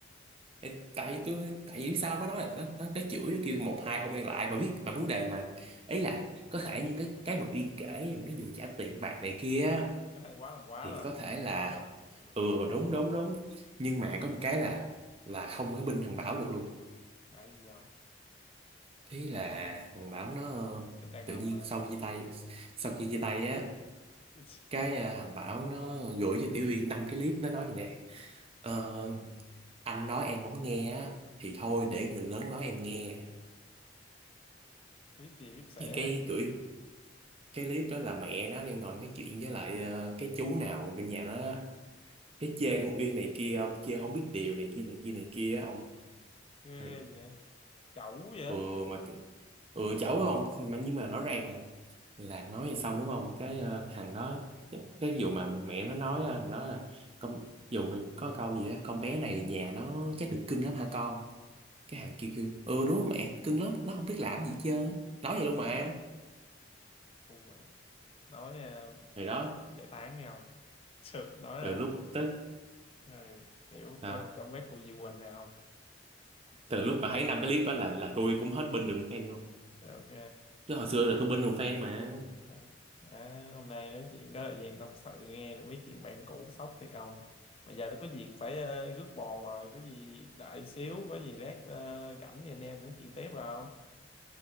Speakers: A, on the right; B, on the left.
A: tại tại tôi tại vì sao nó nói là nó nó, nó chửi nó kêu một hai không quen lại mà biết mà vấn đề mà ấy là có thể những cái cái mà yên kể là mấy vụ trả tiền bạc này kia á,
B: Hay quá làm quá
A: thì
B: lên,
A: có thể
B: làm
A: là
B: quá lên. Ừ,
A: ừ đúng đúng đúng nhưng mà có một cái là là không ở bên thằng Bảo được luôn
B: là gì không?
A: ý là thằng Bảo nó ờ,
B: Thích đàn
A: tự
B: ông
A: nhiên
B: mà.
A: sau khi chia tay sau khi chia tay á
B: <laughs>
A: cái ờ, thằng Bảo nó gửi cho Tiểu Uyên năm cái clip nó nói gì nè ờ, anh nói em không nghe á thì thôi để người lớn nói em nghe
B: Biết gì biết sẻ
A: Thì cái
B: hả?
A: gửi cái clip đó là mẹ nó đang ngồi nói chuyện với lại ờ, cái chú nào gần nhà nó á. cái chê con Uyên này kia ông kia không biết điều này kia này kia này kia á, ông
B: Ghê
A: ừ
B: vậy? Chẩu vậy?
A: ừ mà kì- ừ cháu không mà nhưng mà rõ ràng nè, là nói thì xong đúng không cái ờ, thằng đó
B: Ừ,
A: cái vụ mà mẹ nó nói ờ, thằng đó là con dù mà có câu gì đó con bé này nhà nó chắc được cưng lắm hả con cái thằng kia kêu ừ đúng rồi mẹ cưng lắm nó không biết làm gì hết trơn á nói vậy luôn mà
B: Khu vậy. Nói uh,
A: thì đó
B: giải tán đi không? <laughs> Thực nói
A: từ
B: là
A: lúc tới
B: ừ, hiểu
A: nào,
B: tôi hay comment của Diệu Quỳnh nào không?
A: từ lúc mà thấy năm cái clip đó là là tôi cũng hết binh đường fan luôn
B: Ok.
A: chứ hồi xưa là tôi binh đường fan mà
B: Ờ. À, hôm nay nói chuyện có thời gian tâm sự nghe được mấy chuyện bạn cũ sốc thiệt không mà giờ tôi có việc phải ờ, rước bò rồi có gì đợi xíu có gì lát ờ, rảnh thì anh em nói chuyện tiếp rồi không